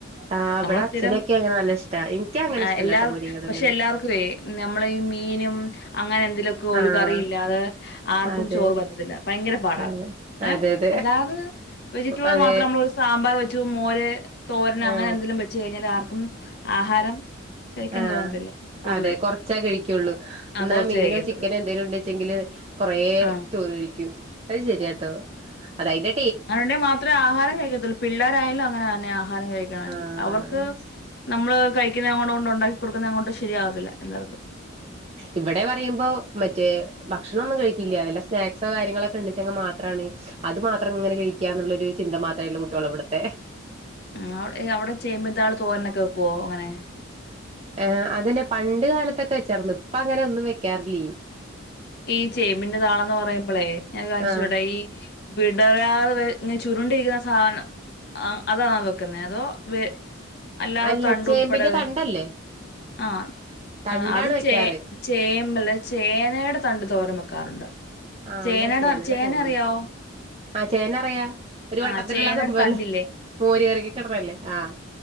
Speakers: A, on the right; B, on the left.
A: ആഹ് ഇവിടെ
B: നമ്മള്
A: അച്ഛനൊക്കെ
B: സ്ഥിരം
A: അങ്ങനെ നല്ല ഇഷ്ടാ എനിക്ക് അങ്ങനെ
B: ആഹ്
A: ഇഷ്ടല്ലട്ടോ
B: എല്ലാ
A: മുരിങ്ങയില
B: പക്ഷെ
A: ഒന്നും
B: എല്ലാർക്ക് വേ നമ്മളെ ഈ മീനും അങ്ങനെ എന്തേലെക്കൊരു
A: ആഹ്
B: കറിയില്ലാതെ ആർക്കും
A: അതെ
B: ചോറ് പറ്റത്തില്ല ഭയങ്കര പാടാ
A: അതെ
B: ഏഹ്
A: അതെ അതെ
B: അല്ലാത് വെജിറ്റബ്ള്
A: അതെ
B: മാത്രം നമ്മ്ള് സാമ്പാറ് വെച്ചു മോര് തോര്നങ്ങനെ
A: ആഹ്
B: എന്തെലും വെ ച്ച് കഴിഞ്ഞാലും ആർക്കും ആഹാരം കഴിക്കാൻ
A: ആഹ്
B: തോന്നത്തില്ല പൊതുവേ
A: അതെ കൊറച്ചേ കഴിക്കൊള്ളൂ
B: ആ
A: ഇന്നാ
B: കുറച്ചേ
A: മീനോ
B: കഴിക്കത്തുള്ളൂ
A: ചിക്കനോ എന്തേലും ഇണ്ട് ച്ചെങ്കില് കൊറേ
B: ആഹ്
A: ചോറ് കഴിക്കും അത് ശരിയാട്ടോ അതയ്ന്റെ
B: അതുണ്ടേ മാത്രേ ആഹാരം കഴിക്കയ്ത്തൊള്ളൂ പിള്ളോരായാലും അങ്ങനെ തന്നെ ആഹാരം കഴിക്കണവെങ്കില്
A: ആഹ്
B: അവർക്ക് നമ്മള് കഴിക്ക്യുന്നെ അങ്ങോട്ടൊണ്ട് ഉണ്ടാക്കി കൊടുക്കുന്നെ അങ്ങോട്ട് ശരിയാവത്തില്ല എല്ലാവർക്കും
A: ഇവ്വടെ പറയുമ്പോ മറ്റേ ഭക്ഷണൊന്നും കഴിക്കില്ല്യ വല്ല സ്നാക്സോ കാര്യങ്ങളൊക്കെ ഇണ്ട്ച്ചെങ്ക മാത്രാണ് അത് മാത്രം ഇങ്ങനെ കഴിക്കാന്ന്ള്ള ഒരു ചിന്ത മാത്രം ഇല്ല കുട്ട്യോളാ ഇവ്ട്ത്തെ
B: ഉം അവ് ഏ അവ്ടെ ചേമ്പിൻ താള് തോരനൊക്കെ വെക്കോ ഇങ്ങനെ
A: എഹ് അതന്നെ പണ്ട് കാലത്തൊക്കെ വെച്ചാറ്ന്ന് ഇപ്പ അങ്ങനെ ഒന്നും വെക്കാറില്ല്യേയ്
B: ഈ ചേമ്പിന്റെ താളെന്ന് പറയുമ്പളേ ഞാൻ ഒരു കാര്യം
A: ആഹ്
B: ചോയ്ക്കട്ടെ ഈ വിടരാതെ വെഹ് ഇങ്ങനെ ചുരുണ്ടിരിക്കുന്ന സാധനം അ അതാണോ വെക്കുന്നഹ് അതോ വേ അല്ലാതെ
A: അല്ല
B: തണ്ട്
A: ചേമ്പിന്റെ
B: ഉൾപ്പെടെള്ളഹ്
A: തണ്ടല്ലേ
B: ആഹ്
A: തണ്ടാണ്
B: ആഹ് അത്
A: വെക്കാറ്
B: ചേ ചേമല്ല ചേനേടെ തണ്ട് തോരം വെക്കാറ്ണ്ട്
A: ആഹ്
B: ചേനടെ
A: എന്നാ ചേനയുടെ
B: അർ ചേന
A: തോന്നുന്നു
B: അറിയാവോ
A: ആഹ് ചേന അറിയാ ഒര് വട്ടത്തില്ള്ളാ
B: ആഹ് ചേനയുടെ
A: ആ സംഭവല്ലേ
B: തണ്ടില്ലേ
A: മോര് കറിക്കെക്കെ ഇട്ണഹ് അല്ലേ ആഹ്